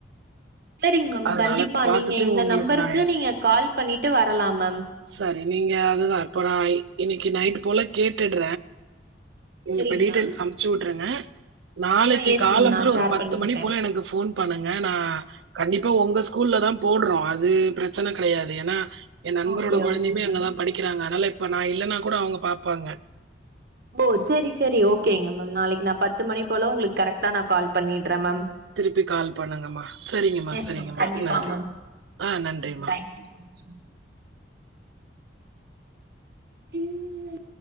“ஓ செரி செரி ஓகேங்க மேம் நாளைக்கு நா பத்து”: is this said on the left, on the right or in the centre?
Right